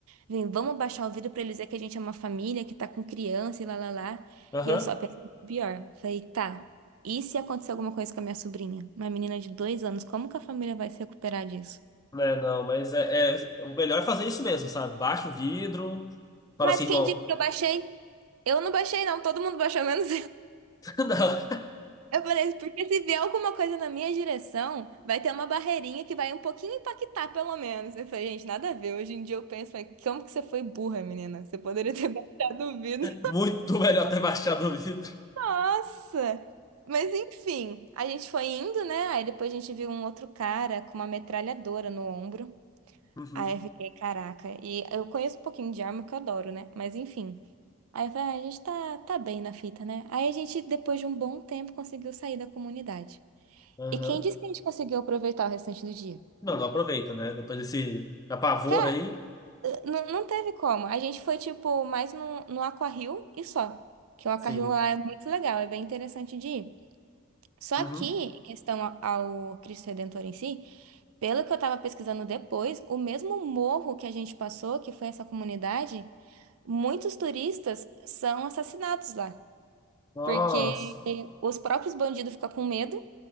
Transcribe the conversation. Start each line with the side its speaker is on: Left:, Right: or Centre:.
Right: Vem, vamos baixar o vidro pra eles dizer que a gente é uma família, que tá com criança e lá, lá, lá.
Left: Aham.
Right: E eu só pensei no pior. Falei, tá, e se acontecer alguma coisa com a minha sobrinha? Uma menina de dois anos, como que a família vai se recuperar disso?
Left: É, não, mas é, é- o melhor é fazer isso mesmo, sabe? Baixa o vidro, fala
Right: Mas
Left: assim, irmão.
Right: quem disse que eu baixei? Eu não baixei, não. Todo mundo baixou, menos
Left: <laughs> Não.
Right: Eu falei, assim, porque se vier alguma coisa na minha direção, vai ter uma barreirinha que vai um pouquinho impactar, pelo menos. Eu falei, gente, nada a ver. Hoje em dia eu penso, falei, como que você foi burra, menina? Você poderia ter <laughs> baixado o vidro.
Left: Muito melhor ter baixado o vidro.
Right: Nossa! Mas enfim, a gente foi indo, né? Aí depois a gente viu um outro cara com uma metralhadora no ombro.
Left: Uhum.
Right: Aí eu fiquei, caraca. E eu conheço um pouquinho de arma que eu adoro, né? Mas enfim. Aí eu falei, ah, a gente tá, tá bem na fita, né? Aí a gente, depois de um bom tempo, conseguiu sair da comunidade.
Left: Aham.
Right: E quem disse que a gente conseguiu aproveitar o restante do dia?
Left: Não, não aproveita, né? Depois desse apavor
Right: Cara,
Left: aí,
Right: não, não teve como. A gente foi, tipo, mais no, no Aquario e só. Que o Aquario
Left: sim.
Right: lá é muito legal, é bem interessante de ir. Só
Left: Uhum.
Right: que, em questão a- ao Cristo Redentor em si, pelo que eu tava pesquisando depois, o mesmo morro que a gente passou, que foi essa comunidade, muitos turistas são assassinados lá.
Left: Nossa,
Right: Porque os próprios bandidos ficam com medo